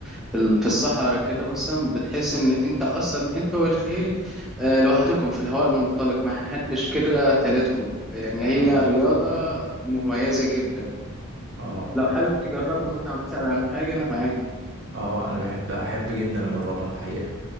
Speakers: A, in the centre; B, on the right (about 55°).
A: في ال- في الصحراء كده مثلا بتحس ان انت اصلا انت والخيل آه، لوحدكم في الهواء المنطلق ما حدش كده تالتكم يعني هي
B: اه
A: رياضه مميزه جدا
B: اه
A: لو حابب تجربها مثلا أو تسأل عن حاجه انا معاك
B: اه انا بحب احب جدا اجربها الحقيقه